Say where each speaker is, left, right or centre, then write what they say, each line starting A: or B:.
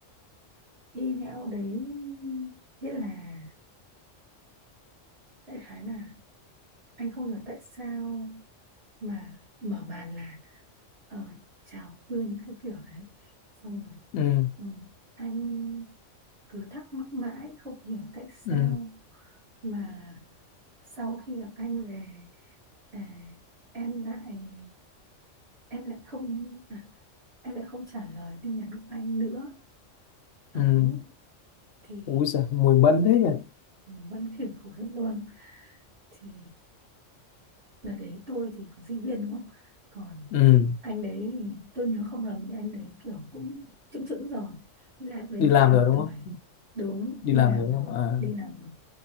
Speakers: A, on the right (about 60°); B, on the left (about 70°).
A: email đấy viết là đại khái là anh không hiểu tại sao mà mở màn là ờ, chào Quyên các kiểu đấy xong rồi
B: ừ
A: Ừ. Anh cứ thắc mắc mãi không hiểu tại sao
B: ừ
A: mà sau khi gặp anh về à, em lại em lại không à, em lại không trả lời tin nhắn của anh nữa ấy
B: ừ
A: thì
B: ui giời, mùi mẫn thế nhỉ
A: vẫn khỉu khủng hết luôn thì đợt đấy tôi thì có sinh viên đúng không còn
B: ừ
A: anh đấy thì tôi nhớ không lầm thì anh đấy kiểu cũng chững chững rồi lại đến
B: đi làm
A: cái tầm
B: rồi đúng
A: tuổi
B: không
A: đúng
B: đi
A: đi
B: làm
A: làm
B: rồi đúng
A: rồi
B: không à,
A: đi làm rồi